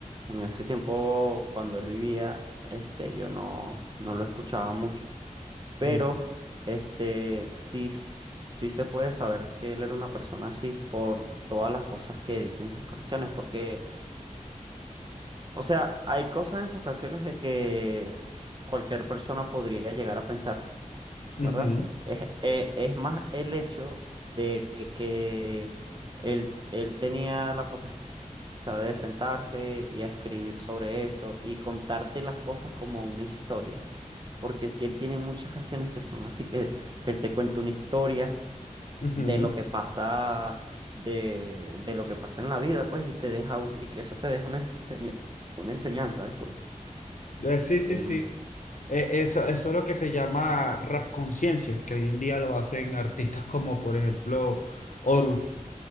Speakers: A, on the right; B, on the left.
A: en ese tiempo cuando él vivía, este, yo no, no lo escuchaba mucho, pero,
B: Mm.
A: este, sí, sí se puede saber que él era una persona así por todas las cosas que dice en sus canciones, porque, o sea, hay cosas en sus canciones de que cualquier persona podría llegar a pensar.
B: Ujú,
A: ¿verdad? Es, eh, es más el hecho de que él, él tenía la potestad de sentarse y a escribir sobre eso y contarte las cosas como una historia, porque t- él tiene muchas canciones que son así que él te cuenta una historia
B: ujú.
A: de lo que pasa. De, de lo que pasa en la vida, pues, y te deja un- y que eso te deja una enseña- una enseñanza, disculpa.
B: Eh, sí,
A: Em,
B: sí, sí. Eh, eso, eso es lo que se llama rap conciencia, que hoy en día lo hacen artistas como, por ejemplo, Horus,